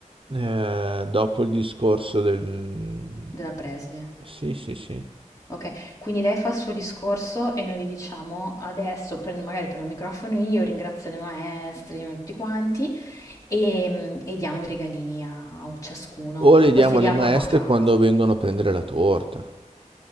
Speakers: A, on the right (about 45°); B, on the left (about 25°).
A: Eh, dopo il discorso del...
B: Della preside.
A: Sì, sì, sì.
B: Ok, quindi lei fa il suo discorso e noi gli diciamo adesso, prendo, magari prendo il microfono io, ringrazio le maestre, tutti quanti, e, e diamo i regalini a, a ciascuno.
A: O le
B: Poi
A: diamo
B: se li
A: alle
B: aprono
A: maestre
B: a casa.
A: quando vengono a prendere la torta.